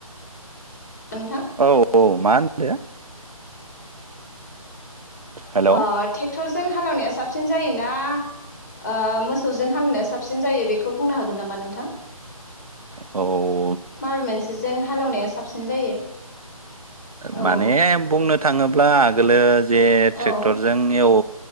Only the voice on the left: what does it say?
नोंथां
ओ ट्रेक्टरजों हालेवनाया साबसिन जायोना ओ मोसौजों हामनाया साबसिन जायो बेखौ बुंनो हागोन नामा नोंथां?
माबे मोनसेजों हालेवनाया साबसिन जायो?
औ
औ